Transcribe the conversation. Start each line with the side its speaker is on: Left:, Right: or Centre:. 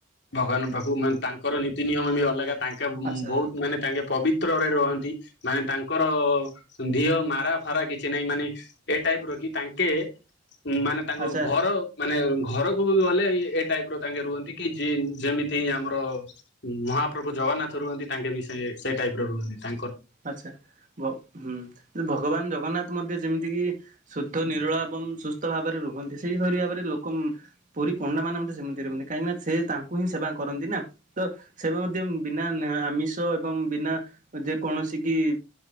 Left: ଭଗବାନଙ୍କ ପାଖକୁ ମାନେ ତାଙ୍କର ନୀତି ନିୟମ ବି ଅଲଗା, ତାଙ୍କେ
Right: ଆଚ୍ଛା
Left: ବହୁତ ମାନେ ତାଙ୍କେ ପବିତ୍ରରେ ରହନ୍ତି। ମାନେ ତାଙ୍କର ଧିଅ ମାରା ଫାରା କିଛି ନାହିଁ ମାନେ ଏ ଟାଇପର କି ତାଙ୍କେ ମାନେ ତାଙ୍କ
Right: ଆଚ୍ଛା
Left: ଘର ମାନେ ଘରକୁ ବି ଗଲେ ଏ ଟାଇପର ତାଙ୍କେ ରୁହନ୍ତି। କି ଯେ ଯେମିତି ଆମର ମହାପ୍ରଭୁ ଜଗନ୍ନାଥ ରୁହନ୍ତି। ତାଙ୍କେ ବି ସେ ସେ ଟାଇପର ରୁହନ୍ତି ତା
Right: ଆଛା! ଭ ହୁଁ ଭଗବାନ ଜଗନ୍ନାଥ ମଧ୍ୟ ଯେମିତି କିି ଶୁଦ୍ଧ ନିରୋଳା ଏବଂ ସୁସ୍ଥ ଭାବରେ ରୁହନ୍ତି ।ସେଇଭଳି ଭାବରେ ଲୋକ ପୁରୀ ପଣ୍ଡାମାନେ ମଧ୍ୟ ସେମିତି ରୁହନ୍ତି, କାହିଁକି ନା ସେ ତାଙ୍କୁ ହିଁ ସେବା କରନ୍ତି ନା, ତ ସେ ବି ମଧ୍ୟ ବିନା ନେ ଆମିଷ ଏବଂ ନା ଯେ କୌଣସି କି